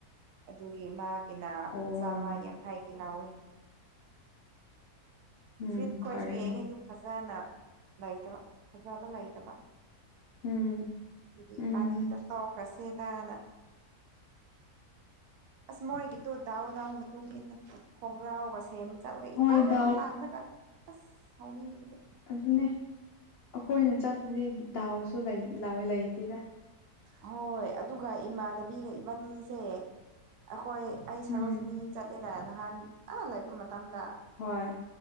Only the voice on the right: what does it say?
ꯑꯗꯨꯒꯤ ꯃꯥꯒꯤꯅ
ꯆꯥꯝꯃ ꯌꯥꯡꯈꯩꯒꯤ ꯂꯧꯥꯎꯏ
ꯐꯨꯔꯤꯠ ꯈꯣꯏꯁꯨ
ꯌꯦꯡꯉꯤꯗꯨ ꯐꯖꯅ ꯂꯩꯇꯕ ꯐꯖꯕ ꯂꯩꯇꯕ
ꯑꯗꯨꯗꯤ
ꯕꯥꯅꯤꯗ ꯇꯣꯛꯀꯁꯦꯗꯅ ꯑꯁ ꯃꯣꯏꯒꯤꯗꯣ ꯗꯥꯎ ꯗꯥꯎ ꯃꯇꯨꯡ ꯏꯟꯅ ꯈꯣꯡꯒ꯭ꯔꯥꯎꯒ ꯁꯦꯝꯕ ꯆꯠꯂꯒ
ꯏꯇꯥꯡ
ꯇꯥꯡꯂꯒ ꯑꯁ ꯍꯥꯎꯅꯤꯡꯕꯗ
ꯍꯣꯏ ꯑꯗꯨꯒ ꯏꯃꯥꯟꯅꯕꯤꯒ ꯏꯕꯥꯅꯤꯁꯦ ꯑꯩꯈꯣꯏ ꯑꯩ
ꯁꯔꯣꯖꯤꯅꯤ ꯆꯠꯂꯤꯅ ꯅꯍꯥꯟ ꯑꯥ ꯂꯩꯕ ꯃꯇꯝꯗ